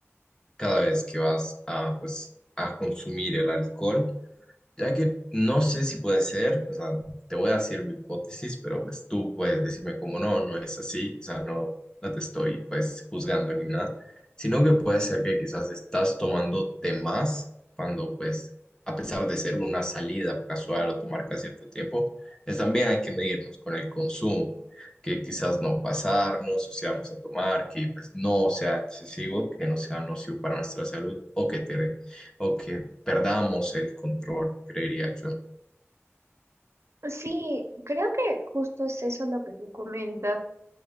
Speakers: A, on the left; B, on the right.
A: cada vez que vas a pues a consumir el alcohol Ya que no sé si puede ser, o sea, te voy a decir mi hipótesis, pero pues tú puedes decirme como no, no es así, o sea, no, no te estoy pues juzgando ni nada, sino que puede ser que quizás estás tomando de más cuando pues, a pesar de ser una salida casual o tomar cada cierto tiempo, es también hay que medirnos con el consumo, que quizás no pasarnos, o si vamos a tomar, que pues no sea excesivo, que no sea nocivo para nuestra salud o que te o que perdamos el control, creería yo.
B: Sí, creo que justo es eso lo que tú comentas.